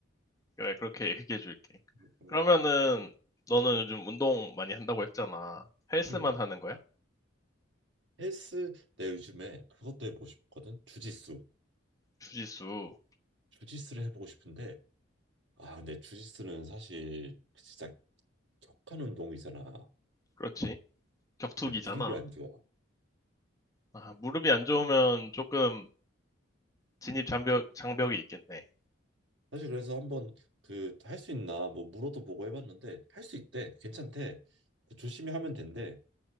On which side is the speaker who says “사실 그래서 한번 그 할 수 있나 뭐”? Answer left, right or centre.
Right